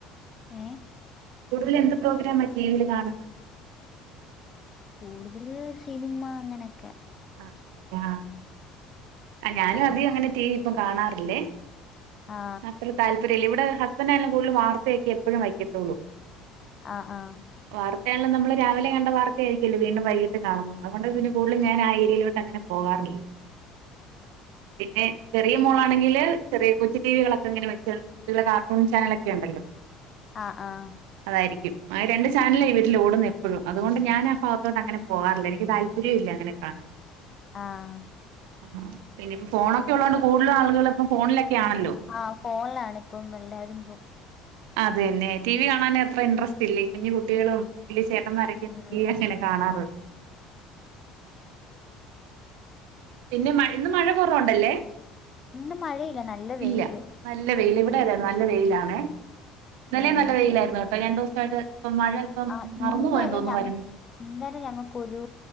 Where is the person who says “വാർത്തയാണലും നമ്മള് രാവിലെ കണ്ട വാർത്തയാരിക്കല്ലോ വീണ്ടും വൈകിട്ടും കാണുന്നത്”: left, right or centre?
Right